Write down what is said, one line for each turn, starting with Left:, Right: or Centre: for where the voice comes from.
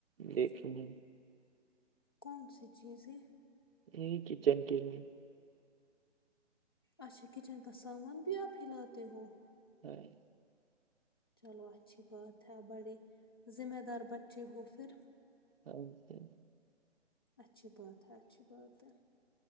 Right: دیکھیں
Left: کون سی چیزیں
Right: یہ کچن کے لیے
Left: اچھا کچن کا سامان بھی آپ ہلاتے ہو
Right: ہاں
Left: چلو اچھی بات ہے بڑے ذمہ دار بچے ہو پھر
Right: ا جے
Left: اچھی بات ہے اچھی بات ہے